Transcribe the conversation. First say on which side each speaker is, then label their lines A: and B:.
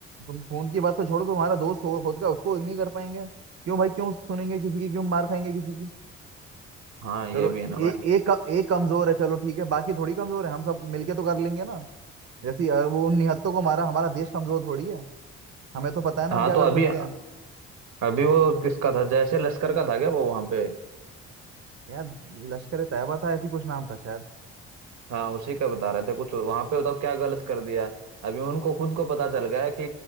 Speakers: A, on the right; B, on the right.
A: तुम खून की बात तो छोड़ो तुम्हारा दोस्त होगा खुद का उसको नहीं कर पाएंगे क्यों भाई क्यों सुनेंगे किसी की क्यों मार खाएंगे किसी की
B: हाँ ये
A: चलो
B: भी
A: ए,
B: है ना भाई
A: एक एक कमजोर है चलो ठीक है बाकी थोड़ी कमजोर है हम सब मिलके तो कर लेंगे ना जैसे अ, वो उन निहत्तों को मारा हमारा देश कमजोर थोड़ी है हमें तो पता है ना
B: हाँ
A: हम क्या
B: तो अभी
A: कर सकते हैं
B: अभी वो किसका था जैसे लश्कर का था क्या वो वहां पे
A: यार लश्कर ए तैयबा था ऐसी कुछ नाम था शायद
B: हाँ उसी का बता रहे थे कुछ वहां पे बताओ क्या गलत कर दिया है अभी उनको खुद को पता चल गया है कि